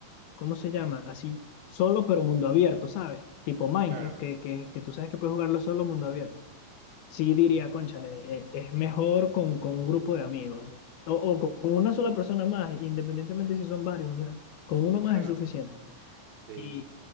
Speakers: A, on the left; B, on the right.
A: ¿cómo se llama? Así solo pero mundo abierto, ¿sabes? Tipo Minecraft,
B: claro,
A: que, que, que tú sabes que puedes jugarlo solo mundo abierto. sí diría,
B: sí, sí,
A: cónchale, eh, es mejor con, con un grupo de amigos o, o con una sola persona más, independientemente si son varios, o sea, con uno más
B: claro,
A: es suficiente.
B: sí,
A: Y,